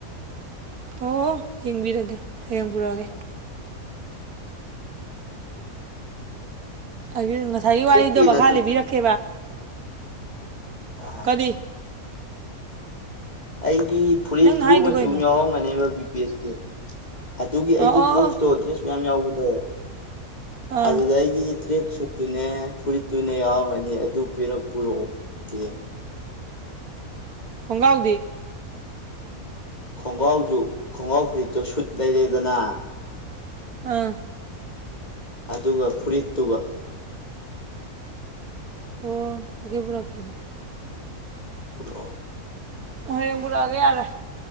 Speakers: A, on the right; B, on the left.
A: ꯑꯣ ꯌꯦꯡꯕꯤꯔꯒꯦ ꯍꯥꯌꯦꯡ ꯄꯨꯔꯛꯑꯒꯦ ꯑꯗꯨ ꯉꯁꯥꯏꯒꯤ
B: ꯇ꯭ꯔꯦꯛ
A: ꯋꯥꯔꯤꯗꯣ
B: ꯄꯦꯟꯅ
A: ꯃꯈꯥ
B: ꯑꯗꯨꯝ
A: ꯂꯤꯕꯤꯔꯛꯀꯦꯕ
B: ꯑꯥ
A: <inaudible>
B: ꯑꯩꯒꯤ ꯐꯨꯔꯤꯠ
A: ꯅꯪꯅ
B: ꯕꯂꯨ
A: ꯍꯥꯏꯗꯣ
B: ꯃꯆꯨ
A: ꯀꯩꯅꯣ
B: ꯑꯃ ꯌꯥꯎꯔꯝꯒꯅꯦꯕ ꯕꯤ ꯄꯤ ꯑꯦꯁꯀꯤ ꯑꯗꯨꯒꯤ ꯑꯩꯒꯤ
A: ꯑ ꯑꯣ ꯑꯣ
B: ꯕꯣꯛꯁꯇꯣ ꯗ꯭ꯔꯦꯁ ꯃꯌꯥꯝ ꯌꯥꯎꯕꯗꯣ
A: ꯑꯥ
B: ꯑꯗꯨꯗ ꯑꯩꯒꯤ ꯇ꯭ꯔꯦꯛꯁ ꯁꯨꯠ ꯇꯨꯅꯦ ꯐꯨꯔꯤꯠꯇꯨꯅꯦ ꯌꯥꯎꯔꯝꯒꯅꯤ ꯑꯗꯨ ꯄꯤꯔꯛ ꯄꯨꯔꯛꯑꯣ ꯆꯦ
A: ꯈꯣꯡꯒꯥꯎꯗꯤ
B: ꯈꯣꯡꯒ꯭ꯔꯥꯎꯁꯨ ꯈꯣꯡꯒ꯭ꯔꯥꯎ ꯐꯨꯔꯤꯠꯇꯣ ꯁꯨꯠ ꯂꯩꯔꯦꯗꯅ
A: ꯑꯥ
B: ꯑꯗꯨꯒ ꯐꯨꯔꯤꯠꯇꯨꯒ
A: ꯑꯣ ꯄꯨꯔꯛꯒꯦ ꯄꯨꯔꯛꯀꯦ ꯑꯗꯨꯗꯤ
B: ꯄꯨꯔꯛꯑꯣ
A: ꯍꯌꯦꯡ ꯄꯨꯔꯛꯑꯒꯦ ꯌꯥꯔꯦ